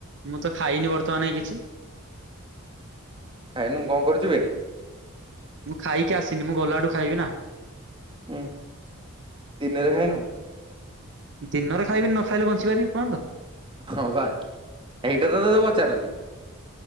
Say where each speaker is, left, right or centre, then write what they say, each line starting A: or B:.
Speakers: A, on the right; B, on the right.
A: ମୁଁ ତ ଖାଇନି ବର୍ତ୍ତମାନ ଏଇ କିଛି।
B: ଖାଇନୁ କଣ କରୁଚୁ ବେ?
A: ମୁଁ ଖାଇକି ଆସିନି। ମୁଁ ଗଲାବେଳୁ ଖାଇବି ନା।
B: ହୁଁ, ଦିନରେ ଖାଇନୁ?
A: ଦିନରେ ଖାଇବି ନ ଖାଇଲେ ବଞ୍ଚିପାରିବି ଏପର୍ଯ୍ୟନ୍ତ?
B: ହଁ ବା ହେଇଟା ତ ତତେ ପଚାରୁଛି।